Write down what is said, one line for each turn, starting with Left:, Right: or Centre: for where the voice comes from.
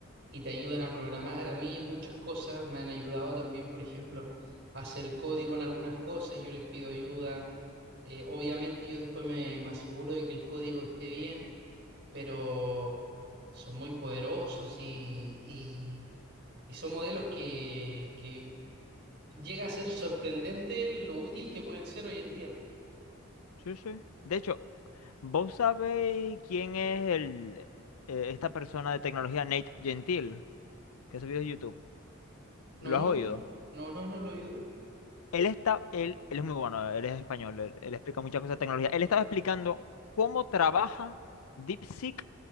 Right: y te ayudan a programar. A mí en muchas cosas me han ayudado también, por ejemplo, a hacer código en algunas cosas y yo les pido ayuda. Eh, obviamente yo después me, me aseguro de que el código esté bien, pero son muy poderosos y y- y son modelos que, que llega a ser sorprendente lo útil que pueden ser hoy en día.
Left: Sí, sí. De hecho, ¿Vos sabéis quién es el, eh, esta persona de tecnología, Nate Gentil, que ha subido de YouTube? ¿Lo
Right: No, no,
Left: has oído?
Right: no, no, no lo he oído.
Left: Él está, él, él es muy bueno, él es español, él, él explica muchas cosas de tecnología. Él estaba explicando cómo trabaja DeepSeek